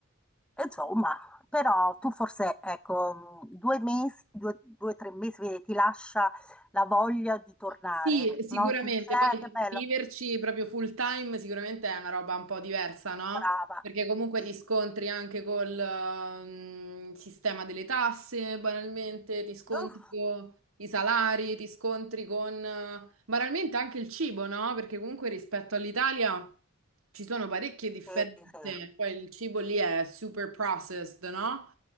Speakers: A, in the centre; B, on the right.
A: Insomma, però tu forse, ecco, mh, due mesi, due, due, tre mesi, vedi, ti lascia la voglia di tornare,
B: Sì, sicuramente,
A: no? Ti dici,
B: poi
A: eh, che bello,
B: viverci proprio full time sicuramente è una roba un po' diversa, no?
A: brava.
B: Perché comunque
A: Sì,
B: ti scontri anche col ehm, sistema delle tasse, banalmente, ti scontri
A: Uff,
B: con i salari, ti scontri con eh, banalmente anche il cibo, no? Perché comunque rispetto all'Italia ci sono parecchie differenze,
A: sì, sì,
B: poi il cibo lì è super processed, no?